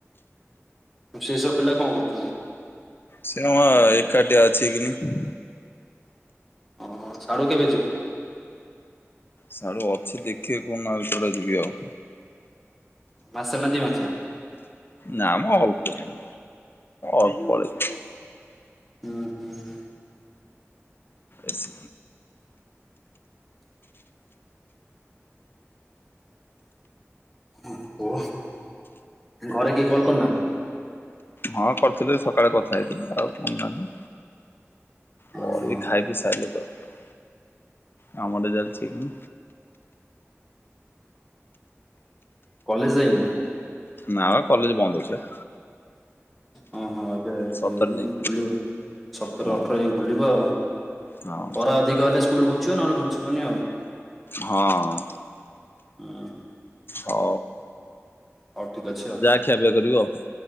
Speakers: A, in the centre; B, on the left.
A: ସେ ସବୁ ପିଲା କଣ କରୁଛନ୍ତି?
B: ସେ କଣ ଏକାଠିଆ ଅଛି କିନି।
A: ହଁ ସାଡ଼ୁ କେବେ ଯିବୁ?
B: ସେଆଡୁ ଅଛି ଦେଖିବାକୁ ମାଲପଡ଼ା ଯିବି ଆଉ।
A: ମାସେ ନା ଦି ମାସେ?
B: ନା ମ ଅଳ୍ପ ଦିନ ଅଳ୍ପ ଅ
A: ହୁଁ ହୁଁ।
B: ଏସ୍
A: ଓହୋ ଘରେ କେହି କଲ୍ କରୁନାହାନ୍ତି?
B: ହଁ କରିଥିଲି ସକାଳେ କଥା ହେଇଥିଲି। ଆଉ କହୁନାହାନ୍ତି। କରିବି
A: ଓହୋ
B: ଖାଇ ପିଇ ସାରିଲେ କରିଲେ କାମଟା ଚାଲିଛି କି
A: କଲେଜ ଯାଇନୁ?
B: ନା ବା କଲେଜ ବନ୍ଦ ଅଛି ବା।
A: ହଁ ହଁ ଏବେ <unintelligible>
B: ସତରେ ଯାଇ
A: ଖୋଲିବ ସତର
B: ହଁ।
A: ଅଠର ଯାଏ ଖୋଲିବ ଅ।
B: ହଁ
A: ଖରା ଅଧିକ ହେଲେ ସ୍କୁଲ ଘୁଞ୍ଚିବ ନହେଲେ ଘୁଞ୍ଚିବନି ଆଉ।
B: ହଁ।
A: ହୁଁ।
B: ହ।
A: ହଉ ଠିକ୍ ଅଛି ଆଉ।
B: ଖିଆ ପିଆ କରିବ ଆଉ।